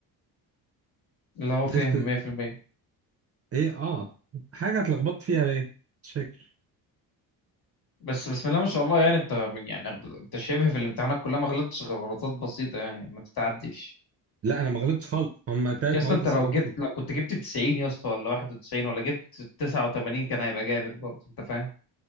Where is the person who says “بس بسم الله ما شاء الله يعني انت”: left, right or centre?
Left